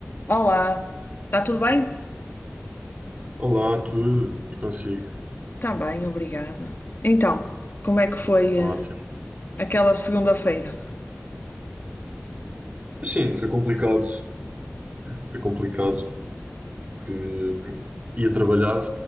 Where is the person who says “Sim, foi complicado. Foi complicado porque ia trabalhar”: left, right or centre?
Right